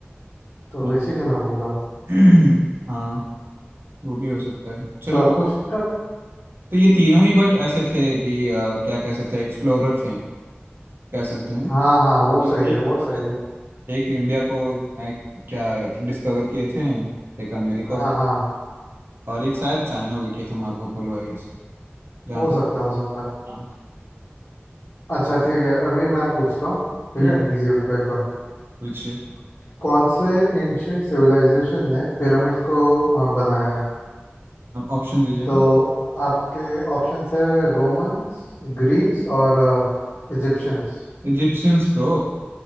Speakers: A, on the left; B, on the right.
A: तो
B: न-
A: इसीलिए मैं बोला
B: <clears throat> हाँ वो भी हो सकता है चलो
A: तो
B: कोई
A: पूछो
B: तो ये तीनों ही बट ऐसे थे कि अ, क्या कह सकते हैं एक्सप्लोरर थे कह सकते हैं
A: हाँ हाँ वो सही
B: एक
A: है वो सही है
B: एक इंडिया को अ, क्या डिस्कवर किए थे एक अमेरिका
A: हाँ
B: को
A: हाँ
B: और एक शायद चाइना को किए थे मार्को पोलो आई गेस जहाँ
A: हो
B: तक
A: सकता है हो सकता है
B: हाँ,
A: अच्छा ठीक है अभी मैं पूछता हूँ ठीक
B: हम्म
A: है इजी होता है एकदम
B: पूछिए
A: कौन से एंशियंट सिविलाइजेशन ने पिरामिड्स को अ, बनाया है
B: ऑप्शन दीजिएगा
A: तो आपके ऑप्शंस है रोमन्स ग्रीक्स और इजिप्शियंस
B: इजिप्शियंस ब्रो